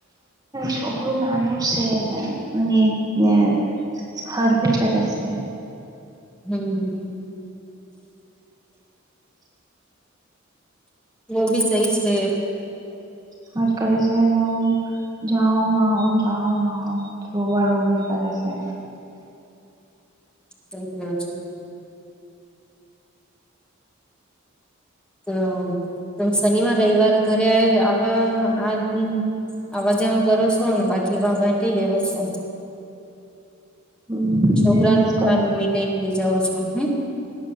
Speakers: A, on the right; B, in the centre.
A: છોકરું નાનું છે એમ <unintelligible> ને હર ભી કરે છે
B: હમ્ <inaudible> <inaudible> વ ભી સહી છે
A: હ કડ છે <unintelligible> જાઓ ના આવો જાઓ ના આવો રોવા રોવી કરે છે
B: સઈ કેયો છે <inaudible> તો તો શનિવાર રવિવાર ઘરે <unintelligible> આવ્યા આજ આવા જામ કરો છો ને બાકી વા વા લેવ છો
A: હમ્મ
B: છોકરાનું
A: એવું જ
B: મિલાઈ લઈ જાાવ છો હ <unintelligible>